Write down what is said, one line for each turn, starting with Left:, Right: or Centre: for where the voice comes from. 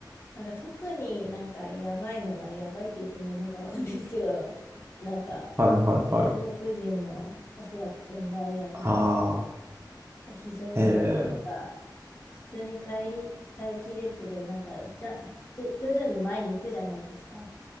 Left: なんか特になんかやばいのがやばいって言ってもいいのかわかんないですけど、なんか
Right: はいはいはい。
Left: 中国人のおそらく転売ヤーが
Right: ああ、
Left: が非常になんか
Right: ええ、
Left: 普通に待り、待機列でなんかじゃ、ど徐々に前に行くじゃないですか。